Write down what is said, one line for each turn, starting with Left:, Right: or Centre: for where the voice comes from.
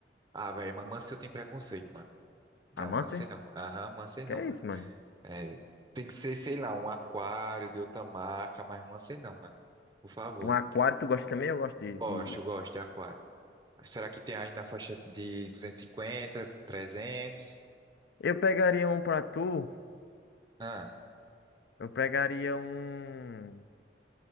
Right: Ah, velho, mas Mancia eu tenho preconceito, mano. Não,
Left: A Mancer?
Right: Mancia não. Aham, Mancia
Left: Que
Right: não,
Left: é
Right: mano.
Left: isso, mano?
Right: É, tem que ser, sei lá, um aquário de outra marca, mas Mancia não, mano. Por favor.
Left: Um aquário, tu gosta também? Eu gosto de,
Right: Gosto,
Left: de...
Right: gosto de aquário. Será que tem aí na faixa de 250, de 300?
Left: Eu pegaria um pra tu,
Right: Ah,
Left: eu pegaria um,